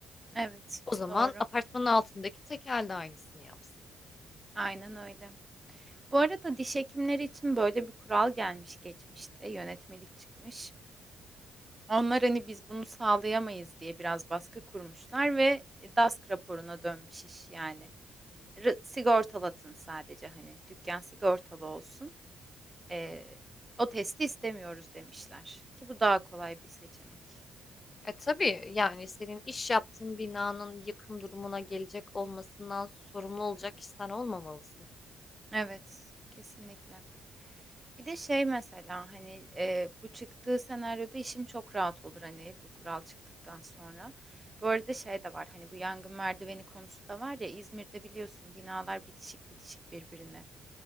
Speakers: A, on the right (about 20°); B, on the left (about 30°).
A: Evet,
B: O zaman
A: doğru.
B: apartmanın altındaki tekel de aynısını yapsın.
A: Aynen öyle. Bu arada diş hekimleri için böyle bir kural gelmiş geçmişte, yönetmelik çıkmış. Onlar hani biz bunu sağlayamayız diye biraz baskı kurmuşlar ve DASK raporuna dönmüş iş yani. R- sigortalatın sadece hani dükkan sigortalı olsun. Ee, o testi istemiyoruz demişler ki bu daha kolay bir seçenek.
B: E tabii yani senin iş yaptığın binanın yıkım durumuna gelecek olmasından sorumlu olacak kişi olmamalısın.
A: Evet, kesinlikle. Bir de şey mesela hani e, bu çıktığı senaryoda işim çok rahat olur hani bu kural çıktıktan sonra. Bu arada şey de var hani bu yangın merdiveni konusu da var ya İzmir'de biliyorsun binalar bitişik bitişik birbirine.